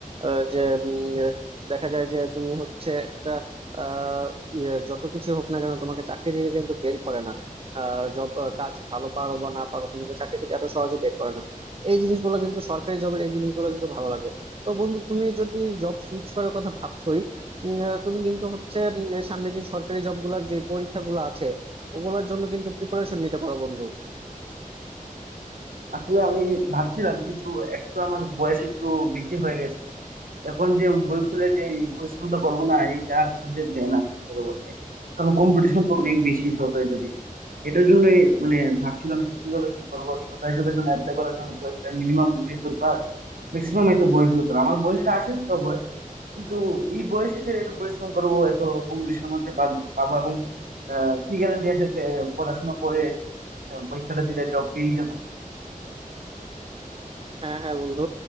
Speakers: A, on the right; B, on the right.
A: আহ, যে উম, আহ, দেখা যায় যে তুমি হচ্ছে একটা আহ, ইয়ে, যত কিছু হোক না কেন তোমাকে চাকরি থেকে কিন্তু বের করে না জব কাজ ভালো পারো বা না পারো তোমাকে চাকরি থেকে এত সহজে বের করে না এই জিনিসগুলো কিন্তু সরকারি জবের এই জিনিসগুলো কিন্তু ভালো লাগে তো বন্ধু তুমি যদি জব সুইচ করার কথা ভাবছোই উম, আহ, তুমি কিন্তু হচ্ছে উম, সামনে যে সরকারি জব গুলার যে পরীক্ষাগুলো আছে ওগুলোর জন্য কিন্তু প্রিপারেশন নিতে পারো বন্ধু
B: আসলে আমি ভাবছিলাম কিন্তু এক তো আমার বয়স একটু বেশি হয়ে গেছে এখন যে বই খুলে যে এই পরিশ্রমটা করবো না এইটা আর সুযোগ দেয় না সত্যি কথা বলতে কারণ কম্পিটিশন তো অনেক বেশি সরকারি চাকরি এটার জন্য মানে ভাবছিলাম যে কিভাবে কি করবো সরকারি জবের জন্য অ্যাপ্লাই করার জন্য তো একটা মিনিমাম বয়স দরকার ম্যাক্সিমাম একটা বয়স দরকার আমার বয়সটা আছে তো বয়স কিন্তু এই বয়সে যে এত পরিশ্রম করবো এত কম্পিটিশনের মধ্যে পাব- পাবো এবং আহ, কি গ্যারান্টি আছে যে পড়াশোনা করে আহ, পরীক্ষাটা দিলে জব পেয়ে যাবো
A: হ্যাঁ হ্যাঁ বন্ধু